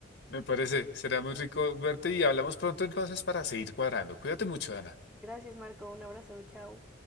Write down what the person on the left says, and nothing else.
Me parece, será muy rico verte y hablamos pronto entonces para seguir cuadrando. Cuídate mucho, Ana.